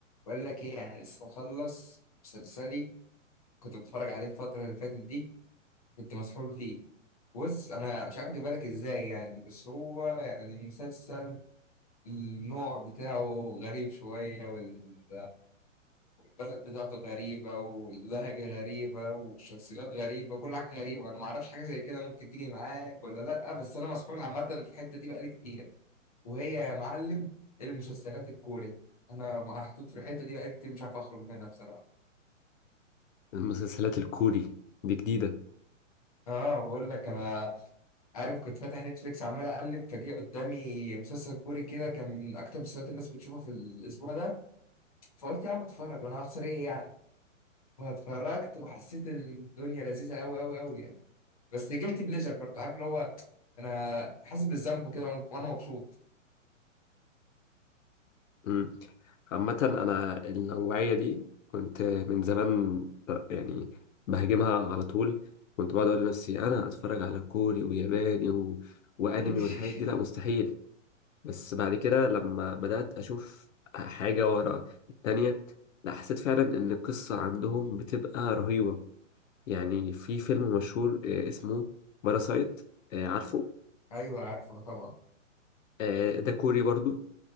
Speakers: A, on the left; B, on the left.
A: بقول لك ايه يعني لسه مخلص مسلسلي كنت بتفرج عليه الفترة اللي فاتت دي كنت مسحول فيه بص انا مش عارف اجيبها لك ازاي يعني بس هو يعني مسلسل النوع بتاعه غريب شوية والبلد بتاعته غريبة واللهجة غريبة والشخصيات غريبة كل حاجة غريبة انا ما اعرفش حاجة زي كده ممكن تيجي معاك ولا لا بس انا مسحول عامة في الحتة دي بقالي كتير وهي يا معلم المسلسلات الكوري انا محطوط في الحتة دي بقالي كتير مش عارف اخرج منها بصراحة
B: المسلسلات الكوري دي جديدة
A: اه بقول لك انا عارف كنت فاتح نتفليكس عمال اقلب فجأة قدامي مسلسل كوري كده كان من اكتر المسلسلات الناس بتشوفها في الاسبوع ده فقلت يا عم اتفرج وانا هخسر ايه يعني واتفرجت وحسيت الدنيا لذيذه قوي قوي قوي يعني بس جلت بليجر برضه عارف اللي هو انا حاسس بالذنب كده وانا وأنا مبسوط
B: مم. عامة أنا النوعية دي كنت من زمان ب- يعني بهاجمها على طول كنت بقعد أقول لنفسي أنا أتفرج على كوري وياباني و... وأنمي
A: <laughs>
B: والحاجات دي لا مستحيل بس بعد كده لما بدأت أشوف حاجة ورا التانية لا حسيت فعلا إن القصة عندهم بتبقى رهيبة يعني في فيلم مشهور آه، اسمه باراسايت عارفه
A: ايوه عارفه طبعا
B: آه، ده كوري برضو